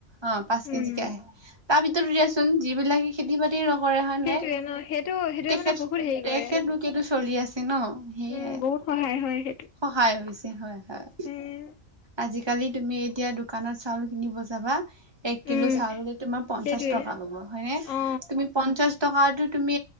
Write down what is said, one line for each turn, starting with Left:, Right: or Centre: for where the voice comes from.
Right: অ পাঁচ
Left: উম
Right: কেজিকে আহে তাৰ ভিতৰত দিয়াচোন য <unintelligible> নকৰে হয়
Left: সেইটোয়ে
Right: নে
Left: ন সেইটো সেইটোয়ে
Right: তেখেত
Left: মানে বহুত হেৰি
Right: তেখেত
Left: কৰে
Right: লোকেটো চলি আছে ন সেইয়াই।
Left: উম বহুত সহায় হয় সেইটো।
Right: সহায় হৈছে হয় হয়।
Left: উম
Right: আজিকালি তুমি এতিয়া দোকানত চাউল কিনিব যাবা এক কিলো
Left: উম
Right: চাউল তোমাৰ পঞ্চাশ
Left: সেইটোৱে
Right: টকা ল'ব। হয়নে?
Left: অ
Right: তুমি পঞ্চাশ টকা তুমি